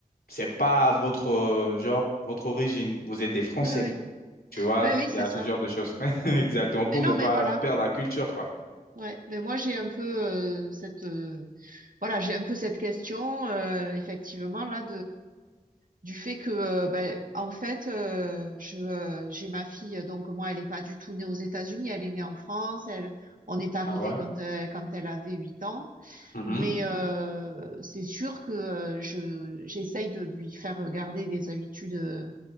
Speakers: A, on the left (about 80°); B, on the right (about 60°).
A: c'est pas votre euh, genre, votre origine. Vous êtes des Français.
B: ouais, ouais.
A: Tu vois,
B: Ah oui,
A: il
B: c'est
A: y a
B: ça.
A: ce genre de choses. <laughs> Exactement, pour
B: Mais non,
A: ne pas
B: mais voilà.
A: perdre la culture, quoi.
B: Ouais. Mais moi, j'ai un peu euh, cette euh, voilà, j'ai un peu cette question euh, effectivement là du fait que euh, ben, en fait euh, je euh, j'ai ma fille euh, donc moi elle est pas du tout née aux États-Unis elle est née en France elle on est arrivé
A: Ah ouais?
B: quand elle, quand elle avait huit ans
A: Mhm.
B: mais euh, c'est sûr que euh, je j'essaye de lui faire garder des habitudes euh,